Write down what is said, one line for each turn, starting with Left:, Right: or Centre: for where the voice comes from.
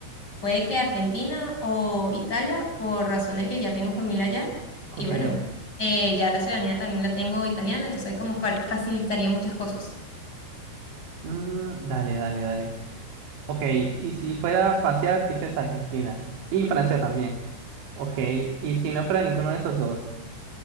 Left: puede que Argentina o Italia, por razones que ya tengo familia allá.
Right: Ok.
Left: Y bueno, eh, ya la ciudadanía también la tengo italiana, entonces como fa- facilitaría muchas cosas.
Right: mm, dale, dale, dale. Ok, y si fuera a pasear, dices Argentina. Y Francia también. Ok, y si no fuera ninguno de esos dos.